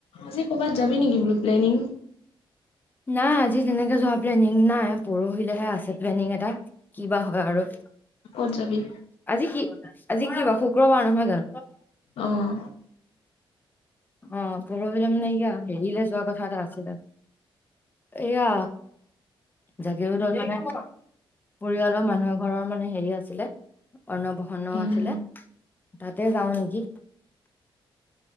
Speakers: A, on the left; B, on the left.
A: আজি ক'বাত যাবি নেকি বোলো প্লেনিং?
B: নাই আজি তেনেকে যোৱা প্লেনিং নাই, পৰহিলেহে আছে প্লেনিং এটা। কিবা হয় আৰু।
A: কত যাবি?
B: আজি কি আজি কি বাৰ শুক্ৰবাৰ নহয় জানো?
A: অঁহ।
B: অহ পৰহিলে মানে এইয়া হেৰিলে যোৱা কথা এটা আছিলে এইয়া জাগিৰোডত মানে পৰিয়ালৰ মানুহ এঘৰৰ মানে হেৰি আছিলে অৰ্ণপ্ৰসণ
A: উম,
B: আছিলে তাতে যাও নেকি।